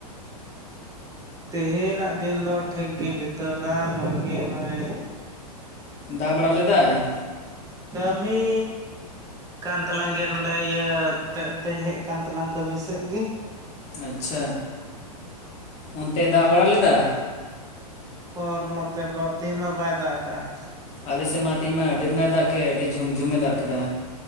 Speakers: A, on the right; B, on the left.
A: ᱛᱮᱦᱮ ᱱᱟᱜ ᱫᱤᱱ ᱫᱚ ᱴᱷᱤᱠ ᱜᱮ ᱵᱤᱛᱟᱹᱣ ᱮᱱᱟ ᱢᱚᱡᱽ ᱜᱮ ᱱᱚᱜᱼᱚᱭ
B: ᱫᱟᱜ ᱵᱟᱲᱟ ᱞᱮᱫᱟᱭ?
A: ᱠᱟᱹᱢᱤ ᱠᱟᱱ ᱛᱟᱞᱟᱝ ᱜᱮᱭᱟ ᱱᱚᱰᱮ ᱤᱭᱟᱹ ᱛᱮᱫ ᱛᱮᱧ ᱦᱮᱡᱼᱼ ᱠᱟᱱ ᱛᱟᱞᱟᱝ ᱠᱟᱹᱢᱤ ᱥᱮᱜ ᱜᱮ
B: ᱟᱪᱪᱷᱟ, ᱚᱱᱛᱮᱭ ᱫᱟᱜ ᱵᱟᱲᱟ ᱞᱮᱫᱟ?
A: ᱯᱚᱨ ᱱᱚᱛᱮ ᱛᱮᱦᱮᱱ ᱢᱟ ᱵᱟᱭ ᱫᱟᱜ ᱟᱠᱟᱜᱼᱟᱭ᱾
B: ᱟᱞᱮᱥᱮᱫ ᱢᱟ ᱛᱮᱦᱮᱧ ᱢᱟ ᱟᱹᱰᱤ ᱨᱚᱸᱜ ᱮ ᱫᱟᱜ ᱠᱮᱫ ᱟᱹᱰᱤ ᱡᱷᱩᱢ ᱡᱷᱩᱢ ᱮ ᱫᱟᱜ ᱠᱮᱫᱟ᱾